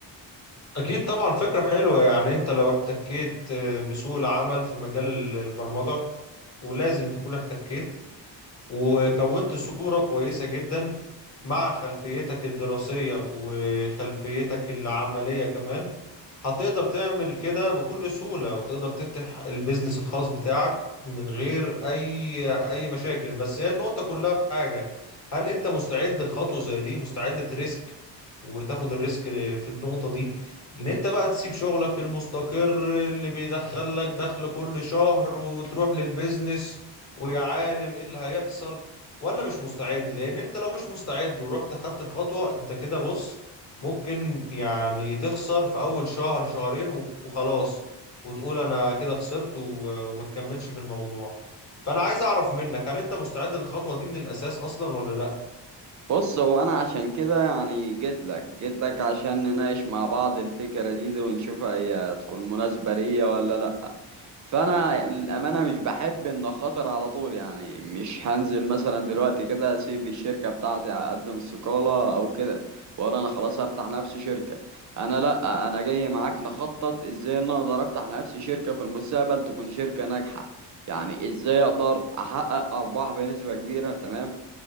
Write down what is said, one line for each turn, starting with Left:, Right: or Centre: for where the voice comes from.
Left: أكيد طبعا فكرة حلوة يعني أنت لو احتكيت آه، بسوق العمل في مجال ال- البرمجة ولازم تكون احتكيت وكونت صورة كويسة جدا مع خلفيتك الدراسية وخلفيتك العملية كمان هتقدر تعمل كده بكل سهولة وتقدر تفتح البيزنس الخاص بتاعك من غير أي أي مشاكل بس هي النقطة كلها في حاجة هل أنت مستعد لخطوة زي دي مستعد تريسك وتاخد الريسك في النقطة دي ان انت بقى تسيب شغلك المستقر اللي بيدخل لك دخل كل شهر وتروح للبيزنس ويا عالم ايه اللي هيحصل ولا مش مستعد لان انت لو مش مستعد ورحت اخدت الخطوة انت كده بص ممكن يعني تخسر في اول شهر شهرين و- وخلاص وتقول انا كده خسرت و- وما تكملش في الموضوع فانا عايز اعرف منك هل انت مستعد للخطوة دي من الاساس اصلا ولا لا
Right: بص هو انا عشان كده يعني جيت لك جيت لك عشان نناقش مع بعض الفكرة دي, دي ونشوفها هي تكون مناسبة ليا ولا لا فانا الامانة مش بحب ان خاطر على طول يعني مش هنزل مثلا دلوقتي كده اسيب الشركة بتاعتي اقدم استقالة او كده واقول انا خلاص هفتح لنفسي شركة انا لا انا جاي معاك نخطط ازاي إن أنا اقدر افتح لنفسي شركة في المستقبل تكون شركة ناجحة يعني ازاي اقدر احقق ارباح بنسبة كبيرة تمام